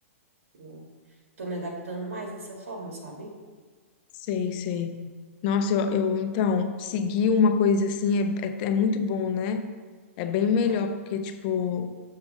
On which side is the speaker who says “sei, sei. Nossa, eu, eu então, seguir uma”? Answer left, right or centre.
Left